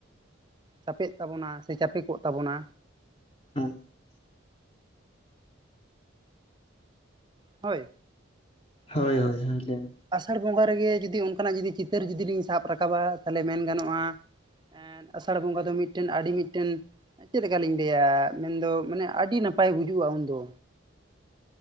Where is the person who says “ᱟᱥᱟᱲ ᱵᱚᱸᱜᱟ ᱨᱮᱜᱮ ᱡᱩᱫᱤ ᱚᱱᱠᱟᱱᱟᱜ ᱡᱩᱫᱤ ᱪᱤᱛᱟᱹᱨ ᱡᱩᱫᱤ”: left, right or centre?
Right